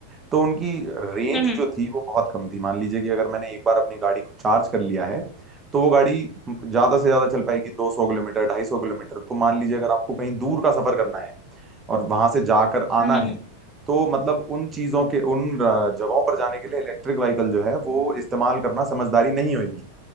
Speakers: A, on the right; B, on the left.
A: तो उनकी रेंज
B: हम्म हम्म
A: जो थी वो बहुत कम थी मान लीजिए कि अगर मैंने एक बार अपनी गाड़ी को चार्ज कर लिया है तो वो गाड़ी ज्यादा से ज्यादा चल पाएगी 200 किलोमीटर 250 किलोमीटर तो मान लीजिए अगर आपको कहीं दूर का सफर करना है और वहां से जाकर आना
B: हम्म हम्म
A: है तो मतलब उन चीजों के उन अ, जगहों पर जाने के लिए इलेक्ट्रिक व्हीकल जो है वो इस्तेमाल करना समझदारी नहीं होगी